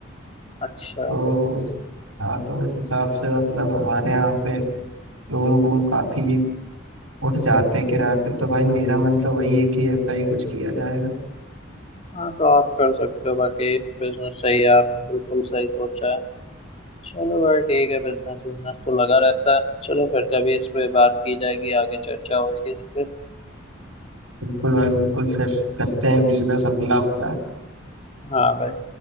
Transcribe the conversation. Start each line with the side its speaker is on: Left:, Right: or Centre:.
Left: अच्छा
Right: तो उस हाँ तो उस हिसाब से मतलब हमारे यहाँ पे रूम वूम काफी उठ जाते हैं किराए पे तो भाई मेरा मन तो वही है कि ऐसा ही कुछ किया जाएगा
Left: हाँ तो आप कर सकते हो बाकी बिजनेस सही है आपने बिल्कुल सही सोचा है चलो भाई ठीक है बिजनेस बिजनेस तो लगा रहता है चलो फिर कभी इस पे बात की जाएगी आगे चर्चा होगी इस पे
Right: बिल्कुल भाई बिल्कुल फिर करते हैं बिजनेस अपना अपना
Left: हाँ भाई